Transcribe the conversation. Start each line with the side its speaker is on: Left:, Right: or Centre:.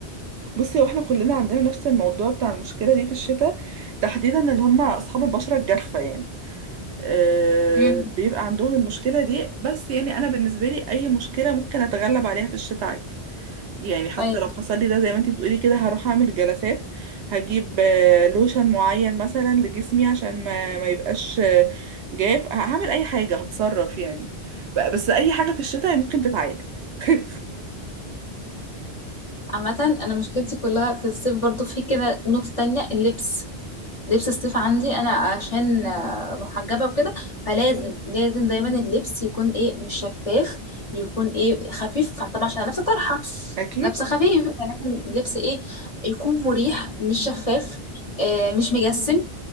Right: بصي واحنا كلنا عندنا نفس الموضوع بتاع المشكله دي في الشتاء تحديدا اللي هم اصحاب البشره الجافه يعني أه
Left: مم.
Right: بيبقى عندهم المشكله دي بس يعني انا بالنسبه لي اي مشكله ممكن اتغلب عليها في الشتاء عادي يعني حتى
Left: ايوه
Right: لو حصل لي ده زي ما انتي بتقولي كده هروح اعمل جلسات هجيب آه، لوشن معين مثلا لجسمي عشان ما ما يبقاش آه، جاف هعمل اي حاجة هتصرف يعني بقى- بس اي حاجة في الشتاء ممكن تتعالج <laughs>
Left: عامة انا مشكلتي كلها في الصيف برضو في كده نقطة تانية اللبس لبس الصيف عندي انا عشان آه، محجبه وكده فلازم لازم دايما اللبس يكون ايه مش شفاف يكون ايه خفيف طبعا عشان انا لابسه طرحه
Right: اكيد
Left: لابسه خفيف فلازم اللبس ايه يكون مريح مش شفاف آه مش مجسم